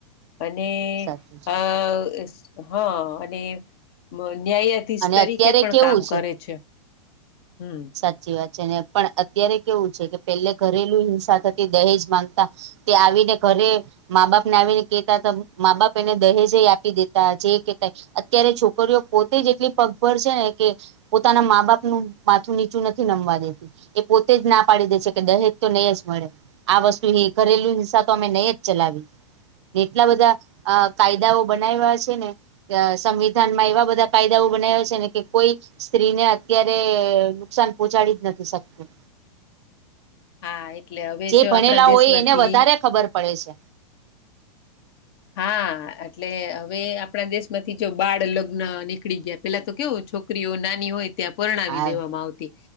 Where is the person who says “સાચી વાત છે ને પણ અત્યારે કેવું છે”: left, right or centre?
Right